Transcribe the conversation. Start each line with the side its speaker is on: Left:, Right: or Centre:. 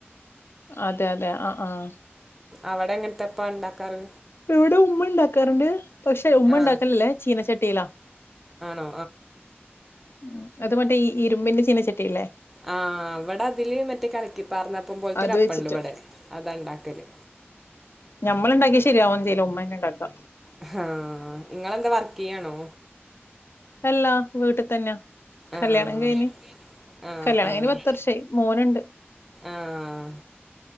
Left: അതെ അതെ ആഹ് ആഹ്
Centre: അവടെ എങ്ങനത്തപ്പാ ഇണ്ടാക്കാറ്?
Left: ഇവടെ ഉമ്മ ഇണ്ടാക്കാറുണ്ട് പക്ഷെ ഉമ്മണ്ടാക്കലില്ലേ
Centre: ആ
Left: ചീനച്ചട്ടീലാ
Centre: ആഹ്
Left: ഉം അത് മറ്റേ ഈ ഇരുമ്പിന്റെ ചീനച്ചട്ടിയില്ലേ
Centre: ആഹ് ഇവടെ അതില് മറ്റേ കലക്കിപ്പാർന്നപ്പം പോലത്തൊരപ്പംണ്ട്
Left: അത് വെച്ചിട്ട്
Centre: ഇവടെ അതാണ്ടാ ക്കല്
Left: ഞമ്മള്ണ്ടാക്കിയാ ശരിയാവൊന്നും ചെയ്യില്ല ഉമ്മന്നെണ്ടാക്കാ
Centre: ആഹ് ഇങ്ങളെന്താ വർക്കിയ്യാണോ
Left: അല്ലാ വീട്ട് തന്നാ കല്യാണം
Centre: ആഹ്
Left: കഴിഞ്ഞ്
Centre: ആഹ്
Left: കല്യാണം
Centre: ആഹ്
Left: കഴിഞ്ഞ് പത്ത് വർഷായി മോന്ണ്ട്
Centre: ആഹ്